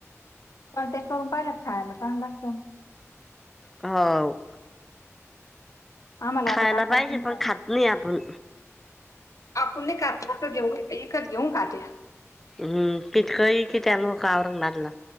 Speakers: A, on the left; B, in the centre.
A: पण त्या पाहून, खायाला चांगलं लागत.
B: हाव.
A: आम्हाला
B: खायला
A: आता काय करा
B: पाहिजे
A: तुम्ही
B: पण
A: सांगा.
B: खात नाही आपण.
A: आपण नाही खात ना तर देऊ दे एकच घेऊन खाते.
B: हम्म पितकळी कि त्या लोकं औरंगाबादला?